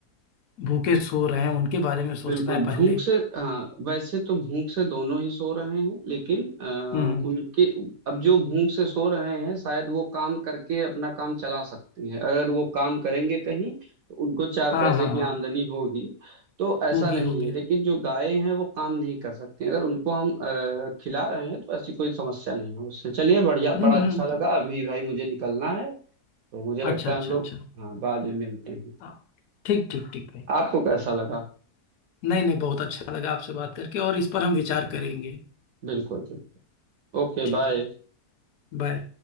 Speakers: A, on the left (about 65°); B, on the right (about 70°).
A: भूखे सो रहे हैं उनके बारे में सोचना
B: बिल्कुल
A: है
B: भूख
A: पहले
B: से हाँ वैसे तो भूख से दोनों ही सो रहे हैं लेकिन आ,
A: हम्म
B: उनके अब जो भूख से सो रहे हैं शायद वो काम करके अपना काम चला सकते हैं अगर वो काम करेंगे कहीं तो उनको चार
A: हाँ
B: पैसे
A: हाँ
B: की
A: हाँ
B: आमदनी होगी तो ऐसा
A: होगी
B: नहीं
A: होगी
B: है लेकिन जो गायें हैं वो काम नहीं कर सकती अगर उनको हम अ, खिला रहे हैं तो ऐसी कोई समस्या नहीं है उससे चलिए बढ़िया
A: हम्म
B: बड़ा अच्छा
A: हम्म
B: लगा अभी भाई मुझे निकलना है तो मुझे लगता
A: अच्छा अच्छा
B: है हम लोग
A: अच्छा
B: हाँ बाद में मिलते हैं
A: हाँ ठीक ठीक ठीक भाई
B: आपको कैसा लगा
A: नहीं नहीं बहुत अच्छा लगा आपसे बात करके और इस पर हम विचार करेंगे
B: बिल्कुल बिल्कुल ओके
A: जी
B: बाय
A: जी बाय